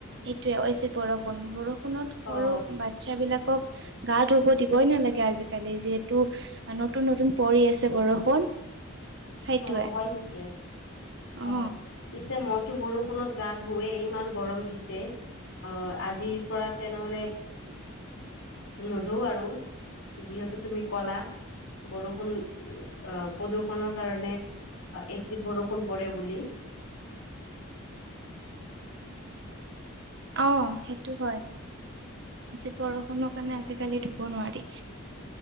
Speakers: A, on the right; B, on the left.
A: সেইটোয়ে বৰষুণ, বৰষণ ত সৰু
B: অ
A: বাচ্ছা বিলাকক গা ধুব দিব বই নালাগে আজিকালি যিহেতু নতুন নতুন পৰি আছে বৰষুণ সেইটোৱে
B: অঁ, হয় নেকি?
A: অ
B: অঁ পিছে মই এইটো বৰষুণত গা ধোৱেই, ইমান গৰম দিছে, অ আজিৰ পৰা তেনেহলে
A: উ <inaudible>
B: নধও আৰু। যিহেতু তুমি কলা। বৰষুণ অ প্ৰদূষণৰ। কাৰণে এচিড বৰষুণ পৰে বুলি।
A: অ' সেইটো হয়। যে বৰষুণৰ কাৰণে আজিকালি ধুব নোৱাৰি।